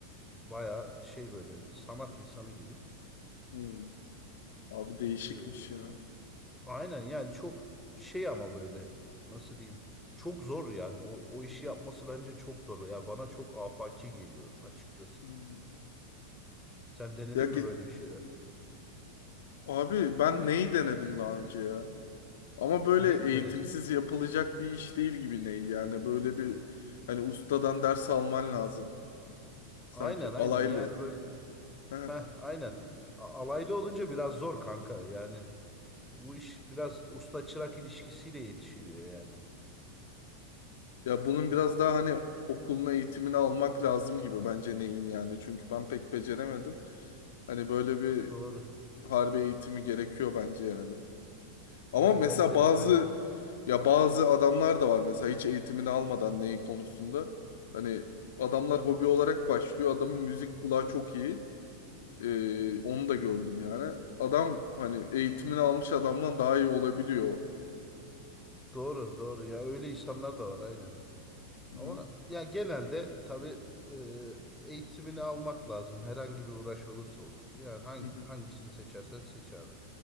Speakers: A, in the centre; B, on the left (about 55°).
A: Baya şey böyle sanat insanı gibi.
B: hı, hı. Abi değişikmiş
A: Ee,
B: ya.
A: aynen yani çok şey ama böyle nasıl diyeyim çok zor yani o, o işi yapması bence çok zor. Ya bana çok afaki geliyor açıkçası.
B: Hmm.
A: Sen denedin
B: Ya ge-
A: mi böyle bir şeyler?
B: abi ben neyi denedim daha önce ya? Ama böyle
A: Neyi mi
B: eğitimsiz
A: denedin?
B: yapılacak bir iş değil gibi ney yani böyle bir hani ustadan ders alman lazım. Sanki
A: Aynen aynen
B: alaylı.
A: yani böyle
B: Hı.
A: heh aynen. A- Alaylı olunca biraz zor kanka yani. Bu iş biraz usta çırak ilişkisiyle yetişiliyor yani.
B: Ya bunun biraz daha hani okuluna eğitimini almak lazım gibi bence neyin yani çünkü ben pek beceremedim. Hani böyle bir
A: Doğru.
B: harbi eğitimi gerekiyor bence yani. Ama
A: Yani
B: mesela
A: bence
B: bazı
A: de aynı.
B: ya bazı adamlar da var mesela hiç eğitimini almadan neyi konusunda. Hani adamlar hobi olarak başlıyor. Adamın müzik kulağı çok iyi. Ee, onu da gördüm yani. Adam hani eğitimini almış adamdan daha iyi olabiliyor.
A: Doğru, doğru. Ya öyle insanlar da var aynen.
B: Hı
A: Ama
B: hı.
A: ya genelde tabii e, eğitimini almak lazım. Herhangi bir uğraş olursa olsun. Yani hangi
B: Hı hı.
A: hangisini seçersen seç abi.